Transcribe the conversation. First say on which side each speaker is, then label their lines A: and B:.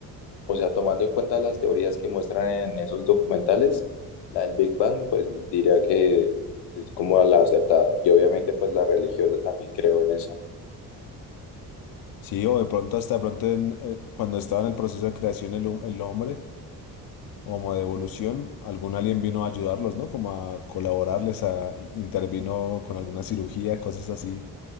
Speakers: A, on the left; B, on the left.
A: o sea, tomando en cuenta las teorías que muestran en esos documentales, la del Big Bang, pues diría que es como la acertada. Y obviamente, pues la religiosa también creo en esa.
B: Sí, o de pronto hasta de pronto en, eh, cuando estaba en el proceso de creación el, hom- el hombre, como de evolución, algún alien vino a ayudarlos, ¿no? Como a colaborarles, a intervino con alguna cirugía, cosas así.